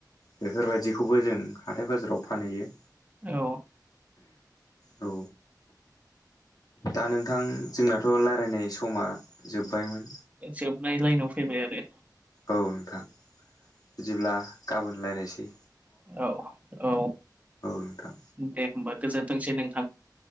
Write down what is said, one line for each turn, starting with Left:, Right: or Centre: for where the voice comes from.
Left: बेफोरबायदिखौबो जों हाथाय बाजाराव फानहैयो।
Right: औ
Left: औ। दा नोंथां जोंनाथ' लायरायनाय समा जोबबायमोन।
Right: जोबनाय लाइनाव फैबाय आरो।
Left: औ नोंथां बिदिब्ला गाबोन लायरायसै।
Right: औ औ
Left: नोंथां
Right: दे होमबा। गोजोनथोंसै नोंथां